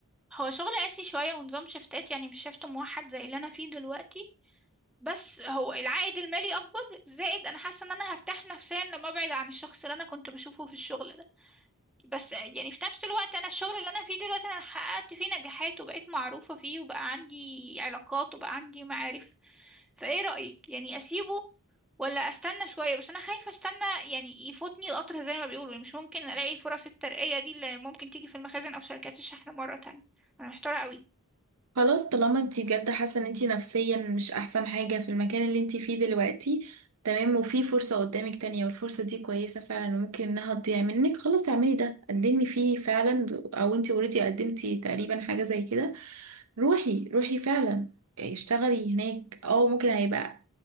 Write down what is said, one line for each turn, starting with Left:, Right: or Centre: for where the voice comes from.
Centre: هو شغل قاسي شويه ونظام شفتات يعني مش شفت موحد زي اللي انا فيه دلوقتي بس هو العائد المالي اكبر زائد انا حاسه ان انا هرتاح نفسيا لما ابعد عن الشخص اللي انا كنت بشوفه في الشغل ده بس يعني في نفس الوقت انا الشغل اللي انا فيه دلوقتي انا حققت فيه نجاحات وبقيت معروفه فيه وبقى عندي علاقات وبقى عندي معارف فايه رأيك يعني اسيبه ولا استنى شوية بس انا خايفة استنى يعني يفوتني القطر زي ما بيقولوا يعني مش ممكن الاقي فرص الترقية دي اللي ممكن تيجي في المخازن او شركات الشحن مرة تانية انا محتارة قوي
Right: خلاص طالما انتي جد حاسه ان انتي نفسيا مش احسن حاجه في المكان اللي انتي فيه دلوقتي تمام وفي فرصه قدامك تانية والفرصه دي كويسه فعلا وممكن انها تضيع منك خلاص اعملي ده قدمي فيه فعلا او انتي اوريدي قدمتي تقريبا حاجه زي كده روحي روحي فعلا اشتغلي هناك اه ممكن هيبقى